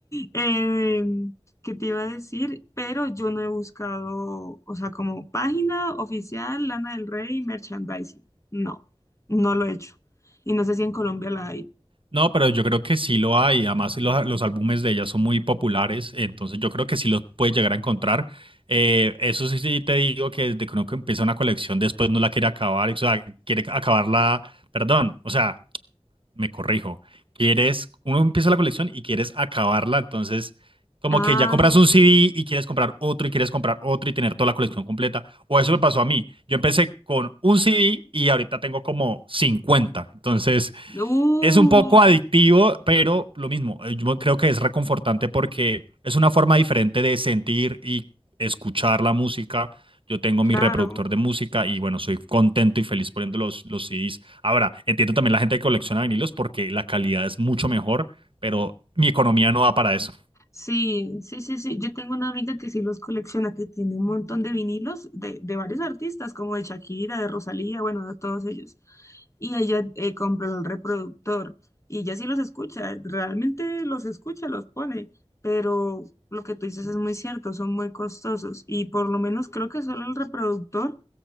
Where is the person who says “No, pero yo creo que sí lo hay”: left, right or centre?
Right